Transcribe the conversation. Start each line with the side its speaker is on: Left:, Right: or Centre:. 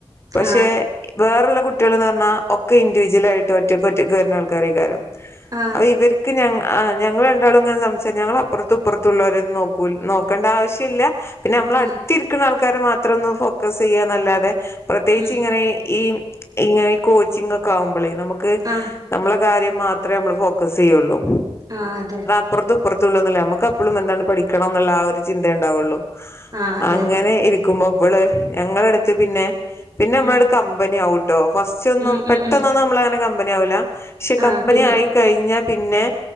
Left: പക്ഷേ
Right: ആ
Left: വേറെള്ള കുട്ടികള്ന്ന് പറഞ്ഞാ ഒക്കെ ഇൻഡിവിജ്വൽ ആയിട്ട് ഒറ്റക്കൊറ്റക്ക് കേറുന്ന ആൾക്കാരായിക്കാരം
Right: ആ
Left: അപ്പൊ ഇവരിക്ക് ഞങ്ങ ആഹ് ഞങ്ങള് രണ്ടാളും ഇങ്ങനെ സംസാ ഞങ്ങളപ്പർത്തും ഇപ്പർത്തുള്ളവരേം ഒന്നും നോക്കോല്ല നോക്കണ്ട ആവശ്യോല്ല പിന്നെ നമ്മളെ
Right: ആ
Left: അടുത്തിരിക്കുന്ന ആൾക്കാരെ മാത്രം ഒന്ന്ന് ഫോക്കസ് ചെയ്യാന്നല്ലാതെ പ്രത്യേകിച്ച്
Right: ഉം
Left: ഇങ്ങനെ ഈ ഇങ്ങനെ ഈ കോച്ചിങ്ങക്കെ ആകുമ്പളേ നമ്മക്ക്
Right: ആ
Left: നമ്മളെ കാര്യം മാത്രേ നമ്മള് ഫോക്കസ് ചെയ്യുള്ളൂ
Right: ആഹ് അതെ
Left: അപ്പർത്തു ഇപ്പർത്തു ഇള്ളയൊന്നുവല്ല നമ്മക്ക് അപ്പളും എന്താണ് പഠിക്കണന്നുള്ള ആ ഒരു ചിന്തയെ ഉണ്ടാവുള്ളു
Right: ആ അതെ
Left: അങ്ങനെ
Right: അതെ
Left: ഇരിക്കുമ്പോ ഇവള് ഞങ്ങളെടുത്ത് പിന്നെ പിന്നെ നമ്മളാട്
Right: ഉം
Left: കമ്പനി ആവൂട്ടോ ഫസ്റ്റ് ഒന്നും
Right: ഉം
Left: പെട്ടെന്നൊന്നും
Right: ഉം ഉം
Left: നമ്മളങ്ങനെ കമ്പനി ആവൂല ക്ഷെ
Right: ആഹ്
Left: കമ്പനി
Right: പിന്നെ
Left: ആയി കഴിഞ്ഞാ പിന്നെ